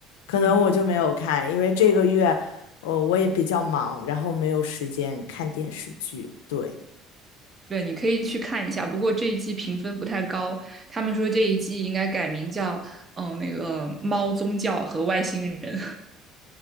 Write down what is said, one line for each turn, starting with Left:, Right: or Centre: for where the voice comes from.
Left: 可能我就没有看，
Right: 嗯。
Left: 因为这个月，呃，我也比较忙，然后没有时间看电视剧。对，
Right: 对，你可以去看一下。不过这一季评分不太高，他们说这一季应该改名叫嗯那个猫宗教和外星人。